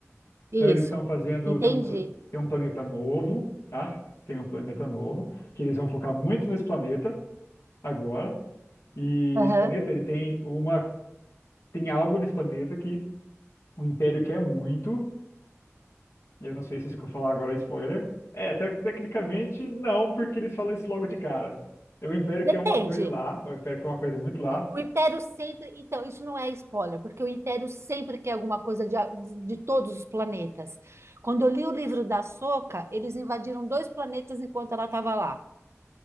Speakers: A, on the right; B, on the left.
A: isso.
B: Então eles estão fazendo,
A: Entendi.
B: tem um, pla- tem um planeta novo, tá? Tem um planeta novo, que eles vão focar muito nesse planeta agora. E
A: Aham.
B: esse planeta, ele tem uma, tem algo nesse planeta que o Império quer muito, Eu não sei se isso que eu falar agora é spoiler. É, te- tecnicamente não, porque eles falam isso logo de cara. O Império
A: Depende.
B: quer uma coisa lá, o Império quer uma coisa muito lá.
A: O Império sempre. Então, isso não é spoiler, porque o Império sempre quer alguma coisa de, a- de todos os planetas. Quando eu li o livro da Soca, eles invadiram dois planetas enquanto ela estava lá.